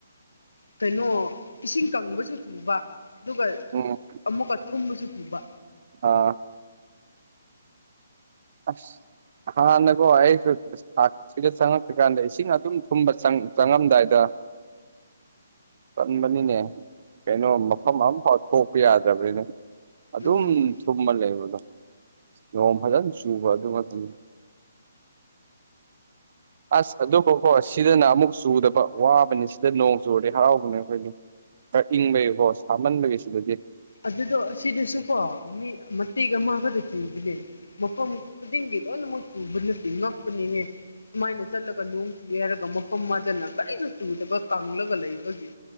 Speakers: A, on the left; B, on the right.
A: ꯀꯩꯅꯣ ꯏꯁꯤꯡ ꯀꯪꯕꯁꯨ ꯊꯨꯕ ꯑꯗꯨꯒ
B: ꯎꯝ
A: ꯑꯃꯨꯛꯀ ꯊꯨꯝꯕꯁꯨ ꯊꯨꯕ
B: ꯑꯥ ꯑ꯭ꯁ ꯍꯥꯟꯅꯀꫭ ꯑꯩꯁꯨ ꯊꯥꯛ ꯁꯤꯒ ꯆꯪꯉꯛꯇ꯭ꯔꯤꯀꯥꯟꯗ ꯏꯁꯤꯡ ꯑꯗꯨꯝ ꯊꯨꯝꯕ ꯆꯪꯉꯝꯗꯥꯏꯗ ꯀꯟꯕꯅꯤꯅꯦ ꯀꯩꯅꯣ ꯃꯐꯝ ꯑꯃꯐꯥꯎ ꯊꯣꯛꯄ ꯌꯥꯗ꯭ꯔꯕꯅꯤꯅ ꯑꯗꯨꯝ
A: ꯎꯝ
B: ꯊꯨꯝꯃ ꯂꯩꯕꯗꯣ ꯅꯣꯡ ꯐꯖ꯭ꯅ ꯆꯨꯕ ꯑꯗꯨ ꯉꯥꯛꯇꯅꯤ <inaudible> ꯑꯁ ꯑꯗꯨꯕꯨꯀꯣ ꯁꯤꯗꯅ ꯑꯃꯨꯛ ꯆꯨꯗꯕ ꯋꯥꯕꯅꯦ ꯁꯤꯗ ꯅꯣꯡ ꯆꯨꯨꯔꯗꯤ ꯍꯔꯥꯎꯕꯅꯦ ꯑꯩꯈꯣꯏꯗꯤ ꯈꯔꯥ ꯏꯪꯕꯩꯒꯤꯕꯀꯣ ꯁꯥꯃꯟꯕꯒꯤ ꯁꯤꯗꯗꯤ
A: ꯑꯗꯨꯗꯣ ꯑꯁꯤꯗꯁꯨꯀꯣ ꯃꯤ ꯃꯇꯦꯛ ꯑꯃꯒꯠꯇ ꯆꯨꯕꯅꯦ ꯃꯐꯝ ꯈꯨꯗꯤꯡꯒꯤ ꯂꯣꯏꯅꯃꯛ ꯆꯨꯕ ꯅꯠꯇꯦ ꯉꯛꯄꯅꯤꯅꯦ ꯁꯨꯃꯥꯏꯅ ꯆꯠꯂꯒ ꯅꫭꯡ ꯆꯨꯑꯦ ꯍꯥꯏꯔꯒ ꯃꯐꯝ ꯑꯃꯗꯅ ꯀꯔꯤꯁꯨ ꯆꯨꯗꯕ ꯀꯪꯂꯒ ꯂꯩꯕꯒꯤ